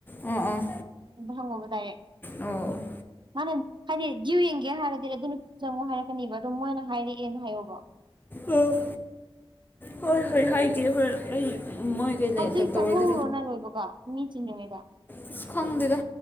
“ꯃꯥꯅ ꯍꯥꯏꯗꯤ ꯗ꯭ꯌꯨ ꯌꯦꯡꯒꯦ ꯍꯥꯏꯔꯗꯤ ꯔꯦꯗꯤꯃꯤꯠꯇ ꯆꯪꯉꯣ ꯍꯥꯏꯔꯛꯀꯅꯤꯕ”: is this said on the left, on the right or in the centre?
Right